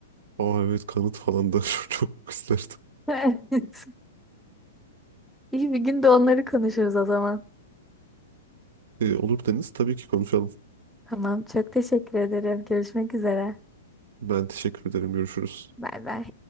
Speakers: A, on the right; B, in the centre.
A: Aa evet kanıt falan da <laughs> çok isterdim.
B: <laughs> Evet. İyi bir gün de onları konuşuruz o zaman.
A: Ee, olur Deniz. Tabii ki konuşalım.
B: Tamam, çok teşekkür ederim. Görüşmek üzere.
A: Ben teşekkür ederim. Görüşürüz.
B: Bay bay.